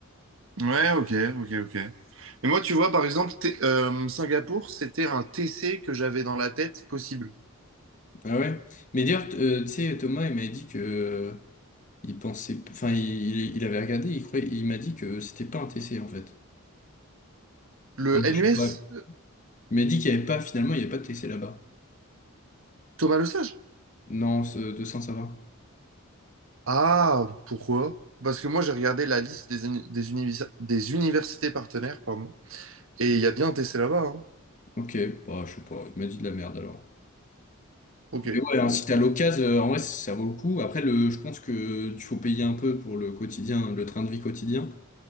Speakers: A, on the right; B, on the left.
A: Ouais, ok, ok, ok. Et moi, tu vois, par exemple, t- euh, Singapour, c'était un TC que j'avais dans la tête possible.
B: Ah ouais? Mais d'ailleurs, t- euh, tu sais, Thomas, il m'avait dit que euh, il pensait, enfin, il, il- il avait regardé, il croyait, il m'a dit que c'était pas un TC en fait.
A: Le
B: Donc,
A: NUS,
B: je sais pas.
A: euh,
B: Il m'a dit qu'il y avait pas, finalement, il y avait pas de TC là-bas.
A: Thomas Le Sage.
B: Non, ce- 200, ça va.
A: Ah, pourquoi? Parce que moi, j'ai regardé la liste des, uni- des, univis- des universités partenaires, pardon, et il y a bien un TC là-bas. hein.
B: Ok, bah, je sais pas, il m'a dit de la merde alors.
A: Ok,
B: Mais ouais, hein,
A: bon.
B: si t'as l'occasion, euh, en vrai, ça vaut le coup. Après, le, je pense que il faut payer un peu pour le quotidien, le train de vie quotidien,